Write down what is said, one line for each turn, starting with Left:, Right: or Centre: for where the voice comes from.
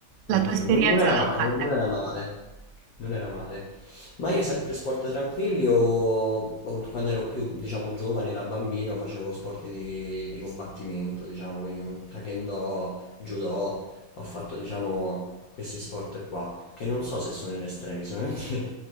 Left: mi
Right: La
Left: è piaciuta,
Right: tua esperienza
Left: non, non era
Right: l'hai
Left: male, non,
Right: fatta.
Left: non era male, non era male. Ma io sempre sport tranquilli o, o quando ero più, diciamo, giovane, da bambino, facevo sport di, di combattimento, diciamo, quindi taekwondo, judo, ho fatto, diciamo, questi sport qua, che non so se sono estremi, sicuramente